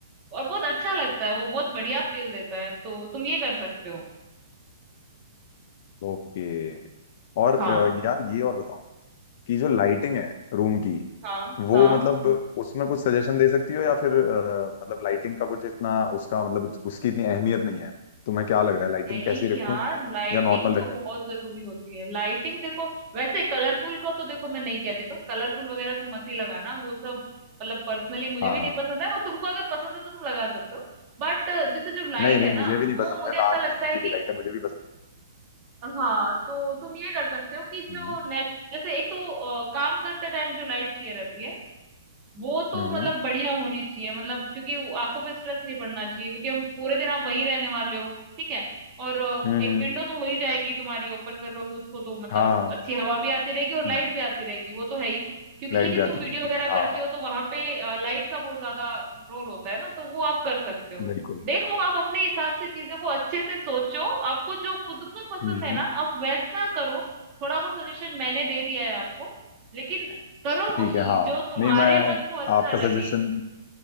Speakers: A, on the right (about 20°); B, on the left (about 30°).
A: और बहुत अच्छा लगता है वो बहुत बढ़िया फील देता है तो तुम ये कर सकते हो
B: ओके और
A: हाँ
B: अ, यार ये और बताओ कि जो लाइटिंग है रूम की
A: हाँ
B: वो
A: हाँ
B: मतलब उसमें कुछ सजेशन दे सकती हो या फिर अ, मतलब लाइटिंग का कुछ इतना उसका मतलब उस- उसकी इतनी अहमियत नहीं है तुम्हें क्या लग रहा है लाइटिंग
A: नहीं
B: कैसी रखूं
A: यार लाइटिंग
B: या नॉर्मल रहने
A: तो बहुत
B: दो
A: जरूरी होती है लाइटिंग देखो वैसे कलरफुल का तो देखो मैं नहीं कहती तुम कलरफुल वगैरह तो मत ही लगाना वो सब मतलब पर्सनली मुझे
B: हाँ
A: भी नहीं
B: हाँ
A: पसंद है और तुमको अगर पसंद है तो तुम लगा सकते हो बट जैसे जो लाइट
B: नहीं नहीं
A: है
B: मुझे
A: ना
B: भी नहीं
A: वो
B: पसंद
A: मुझे
B: है
A: ऐसा
B: लाल
A: लगता
B: नीली
A: है
B: पीली
A: कि
B: लाइट है मुझे भी पसंद
A: हाँ तो तुम ये कर सकते हो कि
B: हम्म
A: जो नेट जैसे एक तो अ, काम करते टाइम जो लाइट चाहिए रहती है वो तो
B: हम्म
A: मतलब बढ़िया होनी चाहिए मतलब क्योंकि वो आंखों पे स्ट्रेस नहीं पड़ना चाहिए क्योंकि हम पूरे दिन आप वहीं रहने वाले हो ठीक है और अ,
B: हम्म
A: एक
B: हम्म,
A: विंडो तो हो ही जाएगी तुम्हारी ओपन कर लोगे उसको तो मतलब
B: हाँ हाँ,
A: अच्छी हवा भी आती रहेगी और लाइट
B: हम्म,
A: भी आती रहेगी वो तो है ही क्योंकि
B: लाइट
A: लेकिन
B: भी
A: तुम
B: आती
A: वीडियो
B: रहती
A: वगैरह
B: है हाँ
A: करते
B: हाँ,
A: हो तो वहां पे लाइट का बहुत ज्यादा रोल होता है ना तो वो आप कर सकते हो
B: बिल्कुल
A: देखो आप अपने हिसाब से चीजों को अच्छे से सोचो आपको जो खुद को पसंद
B: हम्म
A: है
B: हम्म,
A: ना आप वैसा करो थोड़ा बहुत सजेशन मैंने दे दिया है आपको लेकिन करो
B: ठीक
A: वही
B: है हाँ
A: जो तुम्हारे
B: नहीं मैं
A: मन को अच्छा
B: आपका
A: लगे
B: सजेशन